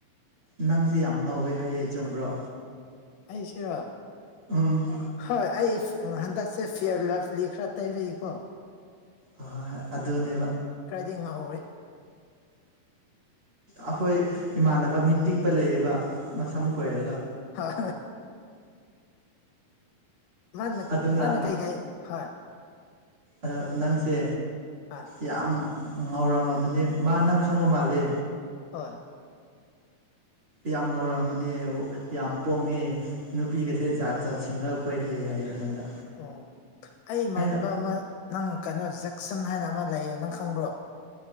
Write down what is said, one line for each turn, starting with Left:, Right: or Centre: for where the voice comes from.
Right: ꯅꯪꯁꯦ ꯌꯥꯝ ꯉꯧꯋꯦ ꯍꯥꯏꯌꯦ ꯆꯨꯝꯕ꯭ꯔꯣ
Left: ꯑꯩ ꯁꯤꯔꯥ
Right: ꯎꯝ
Left: ꯍꯣꯏ ꯑꯩ ꯍꯟꯗꯛꯁꯦ ꯐꯤꯌꯔ ꯂꯞꯂꯤ ꯈꯔ ꯇꯩꯕꯩꯀꯣ
Right: ꯍꯣꯏ ꯑꯗꯨꯗꯅꯦꯕ
Left: ꯈꯔꯗꯤ ꯉꯧꯔꯦ
Right: ꯑꯩꯈꯣꯏ ꯏꯃꯥꯟꯅꯕ ꯃꯤ ꯄꯤꯛꯄ ꯂꯩꯌꯦꯕ ꯃꯁꯝ ꯈꯣꯏꯔꯒ
Left: ꯑꯣ ꯃꯥꯅ
Right: ꯑꯗꯨꯅ
Left: ꯃꯥꯅ ꯀꯩ ꯀꯩ ꯍꯥꯏ
Right: ꯑꯗꯣ ꯅꯪꯁꯦ
Left: ꯍꯣꯏ
Right: ꯌꯥꯝ ꯉꯧꯔꯝꯃꯕꯅꯤ ꯃꯥ ꯅꯪ ꯈꯪꯕ ꯃꯥꯂꯦ
Left: ꯍꯣꯏ
Right: ꯌꯥꯝ ꯉꯧꯔꯝꯕꯅꯦ ꯌꯥꯝ ꯄꯣꯡꯉꯦ ꯅꯨꯄꯤꯒꯁꯦ ꯖꯥꯠ ꯖꯥꯠ ꯁꯤꯟꯂꯒ ꯀꯣꯏꯈ꯭ꯔꯦ ꯍꯥꯏ ꯑꯩꯉꯣꯟꯗ
Left: ꯑꯣ ꯑꯩ ꯏꯃꯥꯟꯅꯕ
Right: ꯑꯩꯅ
Left: ꯑꯃ ꯅꯪ ꯀꯩꯅꯣ ꯖꯦꯛꯁꯟ ꯍꯥꯏꯅ ꯑꯃ ꯂꯩꯌꯦ ꯅꯪ ꯈꯪꯕ꯭ꯔꯣ